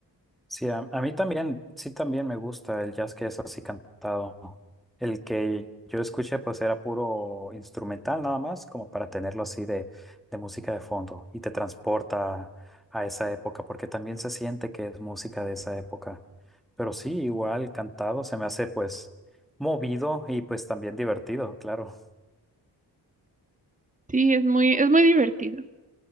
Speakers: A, in the centre; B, on the right.
A: Sí, a, a mí también, sí también me gusta el jazz que es así cantado. El que yo escuché pues era puro instrumental nada más, como para tenerlo así de, de música de fondo y te transporta a esa época, porque también se siente que es música de esa época. Pero sí, igual cantado se me hace pues movido y pues también divertido, claro. <laughs>
B: Sí, es muy, es muy divertido.